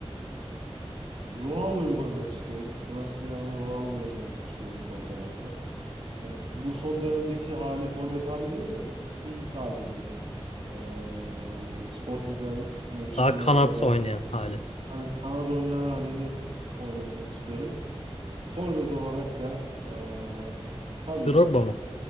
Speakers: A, on the right; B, on the left.
A: Ronaldo'yu koymak istiyorum. Cristiano Ronaldo'yu oynatmak istiyorum sol tarafta. Yani bu son dönemdeki hali forvet hali değil de ilk hali böyle eee Sporting'den Manchester
B: Daha
A: United'a
B: kanat
A: geldiği
B: oynayan
A: gün.
B: hali.
A: Hani Kanada oynayan halini oynatmak istiyorum. Forvet olarak da eee tabii
B: Drogba mı?